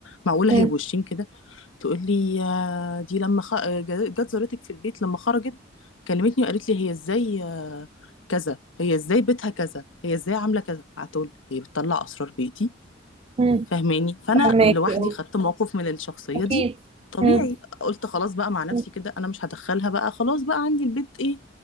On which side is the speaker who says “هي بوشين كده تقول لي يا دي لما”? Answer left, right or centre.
Left